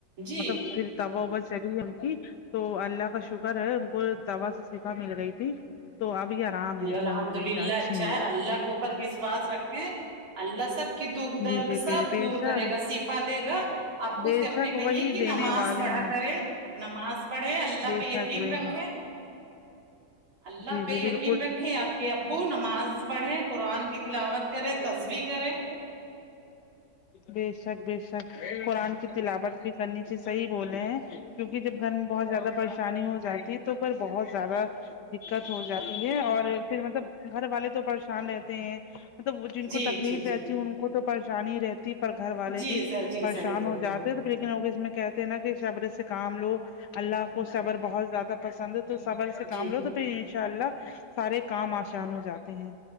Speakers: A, on the right (about 80°); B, on the left (about 70°).
A: جی
B: مطلب پھر دوا ووا چلی ان کی تو اللہ کا شکر ہے ان کو دوا سے شفا مل گئی تھی تو ابھی آرام
A: جی
B: ہے
A: الحمد للہ
B: اچھے
A: اچھا
B: ہیں وہ
A: ہے اللہ کے اوپر وشواس رکھیں اللہ سب کی دکھ درد
B: جی جی
A: سب
B: جی بے
A: دور
B: شک
A: کرے گا صفا دے گا ابو
B: بے
A: سے اپنے
B: شک
A: کہیے
B: وہی
A: کی
B: دینے
A: نماز
B: والے
A: پڑھا
B: ہیں
A: کرے نماز پڑھے اللہ
B: بے
A: پے یقین
B: شک بے
A: رکھے
B: شک
A: اللہ
B: جی جی
A: پہ
B: بالکل
A: یقین رکھیں آپ کے ابو نماز پڑھیں قرآن کی تلاوت کریں تصوی کریں
B: بے شک بے شک قرآن کی تلاوت بھی کرنی چاہیے صحیح بولے ہیں کیونکی جب گھر میں بہت زیادہ پریشانی ہو جاتی پر بہت زیادہ دقت ہو جاتی ہے اور پھر مطلب گھر والے تو پرش پریش رہتے ہیں مطلب وہ جن
A: جی
B: کو تکلیف
A: جی جی
B: رہتی ہے ان کو تو پریشان ہی رہتی تی پر گھر والے
A: جی
B: بھی
A: سر جی
B: پریشان
A: صحیح بولے
B: ہو جاتے
A: آپ
B: تو لیکن افس میں کہتے ہیں نا کی صبر سے کام لو اللہ کو صبر بہت زیادہ پسند تو صبر سے کام
A: جی
B: لو تو بائی ان شاء اللہ سارے کام آسان ہو جاتے ہیں